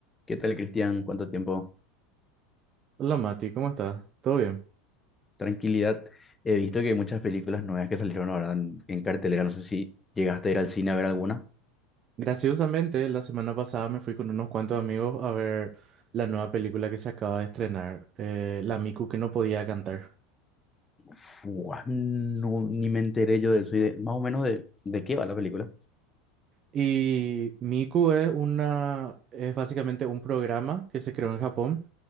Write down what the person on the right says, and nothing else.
Hola Mati, ¿cómo estás? ¿Todo bien?
Graciosamente, la semana pasada me fui con unos cuantos amigos a ver la nueva película que se acaba de estrenar, eh, La Miku que no podía cantar.
Y Miku es una, es básicamente un programa que se creó en Japón